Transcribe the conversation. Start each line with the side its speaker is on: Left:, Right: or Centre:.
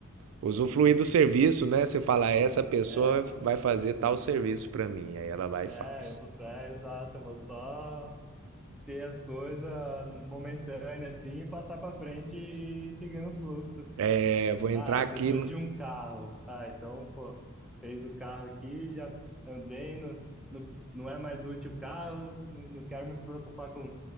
Right: Usufruir do serviço, né? Você fala, essa pessoa
Centre: É,
Right: vai fazer tal serviço para mim, aí ela vai
Centre: é,
Right: e faz.
Centre: eu vou ser, é, exato, eu vou só ter as coisas momentâneas assim e passar pra frente e seguindo o fluxo.
Right: É, vou entrar
Centre: Ah,
Right: aqui
Centre: preciso de um carro. Ah, então, pô, fez o carro aqui, já andei, no, no, não é mais útil o carro, não, não quero me preocupar com,